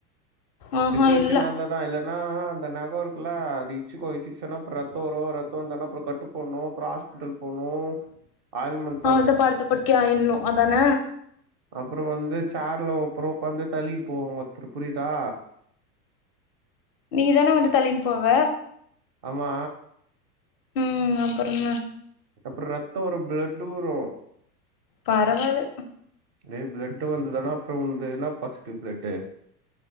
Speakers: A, on the left; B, on the right.
A: ஆஹா
B: எத்து வெச்சு
A: இல்ல
B: நந்தாதா இல்லன்னா அந்த நகோரு குல்ல அது இட்ச்சுக்கு இட்ச்சிகிச்சினா அப்ற ரத்தோ வரு ரத்தொ வந்தோன அப்புற கட்டு போட்ணு அப்புறோ ஹாஸ்பிட்டல் போணு. ஆயில்மென்
A: அவுள்தா படுத்த படுக்கியாயின்னு அதான?
B: அப்புறோ வந்து சேர்ல அப்புறோ உக்காந்து தள்ளி போவோங்க திரு புரிதா?
A: நீ தான வந்து தள்ளின் போவ?
B: ஆமா.
A: ம் அப்றோ என்னா?
B: அப்ற் ரத்தோ வரு பிளட்டு வரு.
A: பரவால.
B: ஏ பிளட்டு வந்துதுன்னா அப்றோ உன்து என்னா பாசிட்டிவ் பிளட்டு?